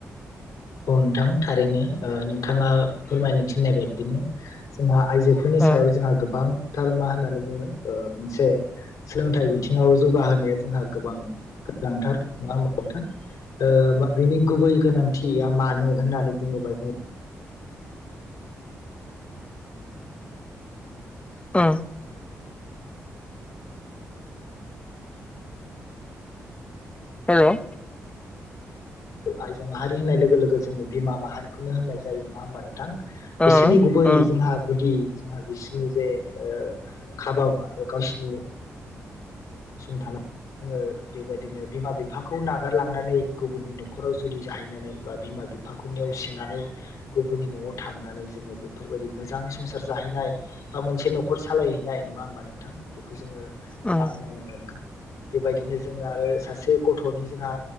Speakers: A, on the left; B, on the left.
A: औ नोंथां थारैनो ओ नोंथाङा फोरमायनो थिननाय बायदिनो जोंहा आइजोफोरनि सायाव
B: ओ
A: जोंहा गोबां थार मा होननानै बुङो मोनसे सोलोंथाइ बिथिङाव जौगाहोनाया जोंहा गोबां गोनांथार नङा होमबा नोंथां ओ बिनि गुबै गोनांथिया मानो होननानै बुङोबा जों
B: उम हेलौ
A: आइजो माहारि होननाय लोगो लोगो जोंनो बिमा माहारिखौनो होननाय जायो नङा होमबा नोंथां?
B: ओ
A: बिसोरनि गुबै
B: ओ
A: जोंहा गुदि जोंहा बिसिनि जे ओ खाबा गावसिनि सुंथाना जोङो बेबायदिनो बिमा बिफाखौ नागारलांनानै गुबुननि न'खराव जुलि जाहैनानै बा बिमा बिफाखौ नेवसिनानै गुबुननि न'आव थांनानै जोङो बेफोरबायदि मोजां संसार जाहैनाय बा मोनसे न'खर सालायहैनाय नङा होमबा नोंथां बेखौ जोङो
B: ओ
A: बाख गोन बेबायदिनो जोंनो आरो सासे गथ' गथ'नि जोंहा